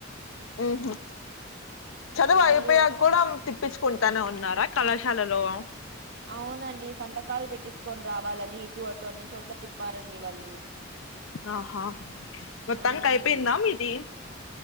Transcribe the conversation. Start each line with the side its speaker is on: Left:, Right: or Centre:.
Left: ఉహుం చదువు అయిపోయాం
Right: మళ్ళీ వ
Left: కూడా తిప్ పించుకుంటానే ఉన్నారా కళాశాలలో
Right: అవునండి సంతకాలు పెట్టించుకొని రావాలని ఇటు అటు అన్ని చోట్ల తిప్పారండి వాళ్ళు
Left: ఆహా మొత్తానికి
Right: అవునండి
Left: అయిపోయిందా మీది